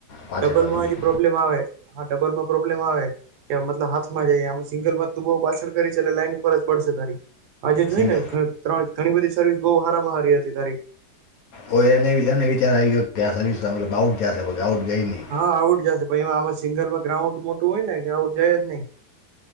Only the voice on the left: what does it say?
પાછળ
હોય બીક
સિંગલ
ઓ એને એને વિચાર આવી ગયો કે આ સર્વિસ મ આઉટ જશે આઉટ ગઈ નહી.